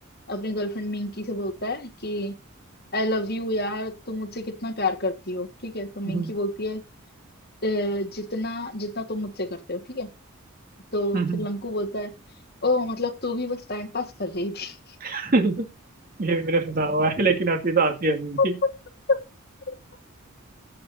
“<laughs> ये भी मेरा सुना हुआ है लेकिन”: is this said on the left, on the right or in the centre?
Right